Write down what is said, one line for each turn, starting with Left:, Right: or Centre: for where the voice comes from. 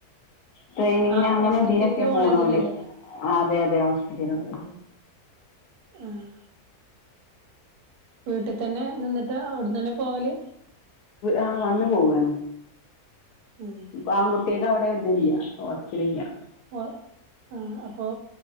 Left: ട്രെയിനിങ്ങിന്
Right: ആഹ്
Left: അങ്ങനെ
Right: ഹോസ്പിറ്റലിന്റെ
Left: ഇതിനൊക്കെ പോണോല്
Right: കോളേജിലല്ലേ
Left: അതെ അതെ അതിനോടൊരു
Right: ആഹ് വീട്ട് തന്നെ നിന്നിട്ട് അവിടന്നന്നെ പോവല്
Left: ആഹ് വന്നു പോവാണ്
Right: ആഹ്
Left: ഇപ്പൊ ആൺകുട്ട്യേക്കവിടെ ഇതില്ല്യ ഹോസ്റ്റലില്ല്യ
Right: ഓഹ് ആ അപ്പൊ